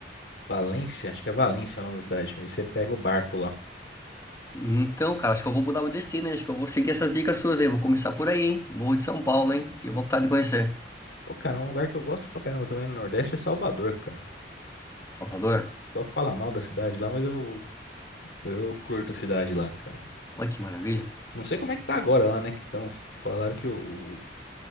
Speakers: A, on the left; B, on the left.
A: Valência, acho que é Valência o nome da cidade. Aí você pega o barco lá.
B: Então, cara, acho que eu vou mudar meu destino, hein? Acho que eu vou seguir essas dicas suas aí. Vou começar por aí, hein? Morro de São Paulo, hein? Tenho vontade de conhecer.
A: Ô, cara, é um lugar que eu gosto pra caramba também no Nordeste é Salvador, cara.
B: Salvador?
A: Só fala mal da cidade lá, mas eu, eu curto a cidade lá, cara.
B: Olha que maravilha.
A: Não sei como é que tá agora lá, né? Que tão, falaram que o, o-